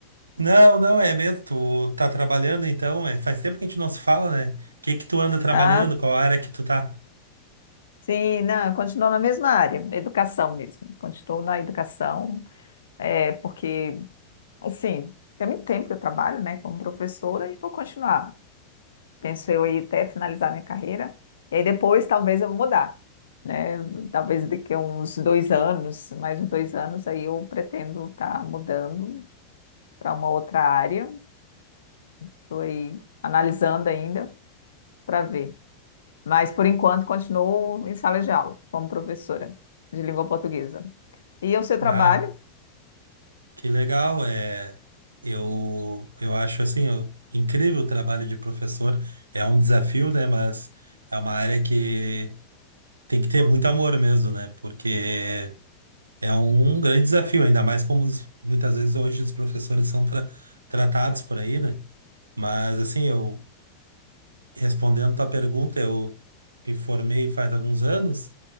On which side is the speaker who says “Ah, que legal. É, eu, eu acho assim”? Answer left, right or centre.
Right